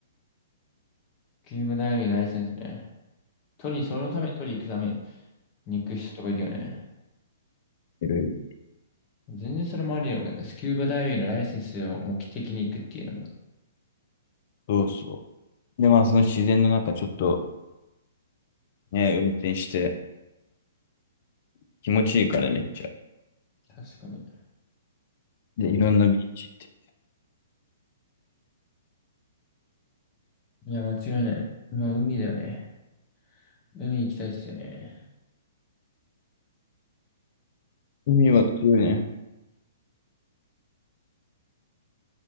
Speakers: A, on the left; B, on the left.
A: スキューバダイビングライセンスね。取り、そのために取り行くために行く人とかいるよね。
B: いろいろ。
A: 全然それもありよね。スキューバダイビングのライセンスを目的に行くっていうのだ。
B: そうそう。で、まあその自然の中ちょっとね、運転して気持ちいいからめっちゃ。
A: 確かに。
B: で、いろんなビーチ行って。
A: いや、間違いない。まあ、海だよね。海行きたいっすよね。
B: 海は強いね。